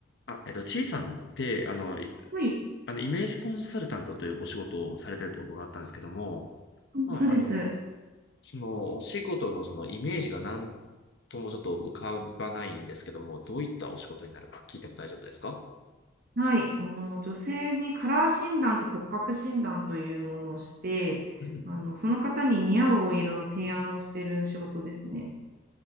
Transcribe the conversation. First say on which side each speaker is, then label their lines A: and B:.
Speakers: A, on the left; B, on the right.
A: あ、えっと、ちいさんって、あの、い
B: はい、
A: あの、イメージコンサルタントというお仕事をされてると伺ったんですけども、まあ、
B: そうです。
A: あの、その、お仕事のそのイメージがなんともちょっと浮かばないんですけども、どういったお仕事になるか聞いても大丈夫ですか
B: はい、あの女性にカラー診断と骨格診断というものをして、
A: うん。
B: あのその方に似合うお色の提案をしている仕事ですね。